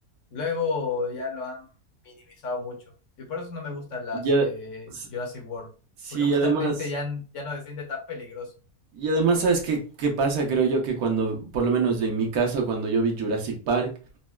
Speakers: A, on the left (about 60°); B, on the right (about 80°).
A: Luego ya lo han minimizado mucho. Y por eso no me gustan las
B: Ya,
A: de
B: s-
A: Jurassic World.
B: sí,
A: Porque <laughs> justamente
B: además,
A: ya, n- ya no se siente tan peligroso.
B: y además, ¿sabes qué, qué pasa? Creo yo que cuando, por lo menos en mi caso, cuando yo vi Jurassic Park,